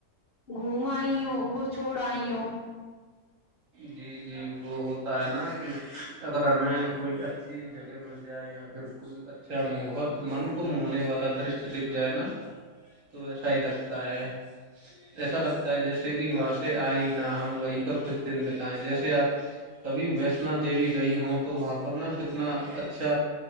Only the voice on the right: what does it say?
جی جی وہ ہوتا ہے نا کہ اگر ہمیں کوئی اچھی جگہ مل جائے یا پھر کوئی اچھا مہ من کو موہنے والا درشیہ دکھ جائے نا تو ایسا ہی لگتا ہے ایسا لگتا ہے جیسے کہ وہاں سے آئے نہ ہم وہیں پر کچھ دن بتائیں جیسے آپ کبھی ویشنا دیوی گئی ہوں تو وہاں پر نا کتنا اچھا